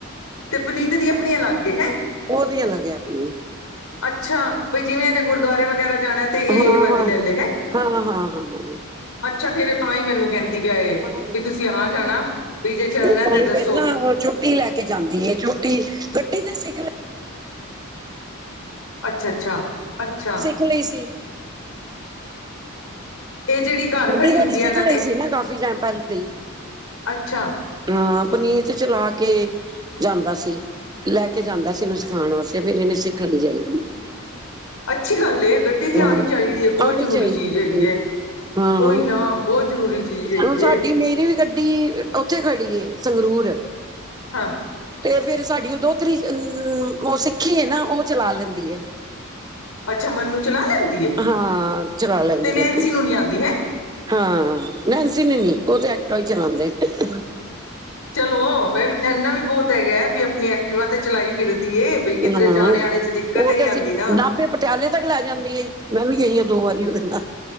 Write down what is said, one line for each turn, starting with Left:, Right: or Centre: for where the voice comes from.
Left: ਤੇ ਪੁਨੀਤ ਦੀ ਆਪਣੀ ਅਲੱਗ ਏ ਹੈਂ।
Right: ਉਹ ਦੀ ਅੱਲਗ ਆਪਣੀ
Left: ਅੱਛਾ। ਬਈ ਜਿਵੇਂ ਇਹਨੇ ਗੁਰਦੁਆਰੇ ਵਗੈਰਾ ਜਾਣਾ। ਤੇ ਇਹ
Right: ਹਾਂ -ਹਾਂ
Left: ਇਹ ਵਾਲੀ
Right: -ਹਾਂ-
Left: ਲੈ ਲੇ ਹੈਂ
Right: ਹਾਂ- ਹਾਂ- ਹਾਂ
Left: ਅੱਛਾ। ਫੇਰ ਤਾਂ ਹੀ ਮੈਨੂੰ ਕਹਿੰਦੀ ਪੀਆ ਇਹ,
Right: ਆਹੋ
Left: ਵੀ ਤੁਸੀਂ ਆ ਜਾਣਾ। ਵੀ ਜੇ ਚੱਲਣਾ
Right: ਇਹ ਤਾਂ
Left: ਤੇ
Right: ਹੀ
Left: ਦੱਸੋ।
Right: ਫਿਰ ਨਾ ਉਹ ਛੋਟੀ ਲੈ ਕੇ ਜਾਂਦੀ ਹੈ। ਛੋਟੀ, ਗੱਡੀ ਦੇ ਸਿਗਖ
Left: ਅੱਛਾ ਅੱਛਾ -ਅੱਛਾ!
Right: ਖੁਲੀ ਸੀ।
Left: ਇਹ ਜਿਹੜੀ ਘਰ
Right: ਵੱਡੀ
Left: ਖੜੀ
Right: ਗੱਡੀ
Left: ਹੁੰਦੀ
Right: ਸਿੱਖ
Left: ਆ ਇਹਨਾਂ ਦੇ
Right: ਲਈ ਸੀ ਨਾ ਕਾਫੀ ਟਾਈਮ ਪਹਿਲੇ ਹੀ।
Left: ਅੱਛਾ
Right: ਹਾਂ। ਪਨੀਰ ਚ' ਚਲਾ ਕੇ ਜਾਂਦਾ ਸੀ। ਲੈ ਕੇ ਜਾਂਦਾ ਸੀ, ਇਹਨੂੰ ਸਿਖਾਉਣ ਵਾਸਤੇ, ਫੇਰ ਇਹਨੇ ਸਿੱਖ ਲਈ ਜਲਦੀ।
Left: ਅੱਛੀ ਗੱਲ ਏ। ਗੱਡੀ ਤੇ
Right: ਹੂੰ।
Left: ਆਉਣੀ ਚਾਹੀਦੀ ਹੈ। ਬਹੁਤ
Right: ਆਣੀ
Left: ਜ਼ਰੂਰੀ
Right: ਚਾਹੀਦੀ
Left: ਚੀਜ਼
Right: ਗੱਡੀ
Left: ਹੈਗੀ।
Right: ਹਾਂ
Left: ਉਹੀਨਾ, ਬਹੁਤ ਜ਼ਰੂਰੀ ਚੀਜ਼ ਹੈਗੀ
Right: ਹੁਣ ਸਾਡੀ
Left: ਹੈ।
Right: ਮੇਰੀ ਵੀ ਗੱਡੀ ਉੱਥੇ ਖੜੀ ਏ, ਸੰਗਰੂਰ।
Left: ਹਾਂ।
Right: ਤੇ ਫੇਰ ਸਾਡੀ ਉਹ ਦੋਹਤਰੀ ਉਹ ਸਿੱਖੀ ਹੈ ਨਾ। ਉਹ ਚਲਾ ਲੈਂਦੀ ਏ।
Left: ਅੱਛਾ। ਮਨਨੂੰ ਚਲਾ ਲੈਂਦੀ ਏ।
Right: ਹਾਂ ਚਲਾ ਲੈਂਦੀ
Left: ਤੇ ਨੈਨਸੀ
Right: ਗੱਡੀ
Left: ਨੂੰ ਨੀ ਆਉਂਦੀ ਹੈਂ।
Right: ਹਾਂ। ਨੈਨਸੀ ਨੂੰ ਨੀ ਉਹ ਤੇ ਐਕਟਾ ਹੀ ਚਲਾਉਂਦੇ ਨ।
Left: ਚਲੋ, ਇਹ ਵੀ ਇੰਨਾ ਵੀ ਬਹੁਤ ਹੈਗਾ। ਵੀ ਆਪਣੀ ਐ ਐਕਟੀਵਾ ਤੇ ਚਲਾਈ ਫਿਰਦੀ ਏ, ਬਈ ਕਿੱਧਰੇ
Right: ਹਾਂ
Left: ਜਾਣੇ -ਆਣੇ ਚ ਦਿੱਕਤ
Right: ਉਹ
Left: ਹੀ ਨਹੀਂ
Right: ਤੇ ਅਸੀਂ
Left: ਆਉਂਦੀ ਨਾ।
Right: ਨਾਭੇ ਪਟਿਆਲੇ ਤੱਕ ਲੈ ਜਾਂਦੀ ਏ। ਮੈਂ ਵੀ ਗਈ ਹਾਂ ਦੋ ਵਾਰੀ ਉਹਦੇ ਨਾਲ।